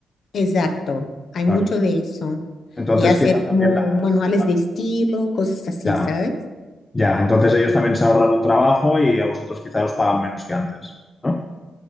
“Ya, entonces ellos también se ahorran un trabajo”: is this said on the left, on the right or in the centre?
Left